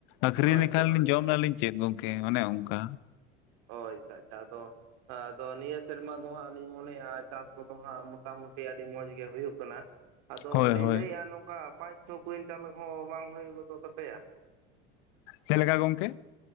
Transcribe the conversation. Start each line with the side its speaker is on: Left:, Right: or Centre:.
Left: ᱟᱹᱠᱷᱨᱤᱧ
Right: ᱟᱪᱪᱷᱟ
Left: ᱞᱮᱠᱷᱟᱱ
Right: ᱟᱪᱪᱷᱟ
Left: ᱡᱚᱢ ᱱᱟᱞᱤᱧ ᱪᱮᱫ ᱜᱚᱝᱠᱮ ᱚᱱᱮ ᱚᱱᱠᱟ᱾
Right: ᱳᱭ ᱟᱪᱪᱷᱟ ᱟᱪᱪᱷᱟ ᱟᱫᱚᱼᱼ ᱟᱫᱚ ᱱᱤᱭᱟᱹ ᱥᱮᱨᱢᱟ ᱫᱚ ᱦᱟᱸᱜ ᱞᱤᱧ ᱢᱚᱱᱮᱜᱼᱟ ᱪᱟᱥ ᱠᱚᱫᱚ ᱦᱟᱸᱜ ᱢᱚᱴᱟᱢᱩᱴᱤ ᱟᱹᱰᱤ ᱢᱚᱸᱡᱽ ᱜᱮ ᱦᱩᱭᱩᱜ ᱠᱟᱱᱟ᱾ ᱟᱫᱚ
Left: ᱦᱳᱭ
Right: ᱞᱤᱧ
Left: ᱦᱳᱭ
Right: ᱞᱟᱹᱭᱮᱫᱼᱟ ᱱᱚᱝᱠᱟ ᱯᱟᱸᱪ ᱪᱷᱚ ᱠᱩᱭᱤᱱᱴᱟᱞ ᱦᱚᱸ ᱵᱟᱝ ᱦᱩᱭ ᱜᱚᱫᱚᱜ ᱛᱟᱯᱮᱭᱟ?
Left: ᱪᱮᱫ ᱞᱮᱠᱟ ᱜᱚᱝᱠᱮ?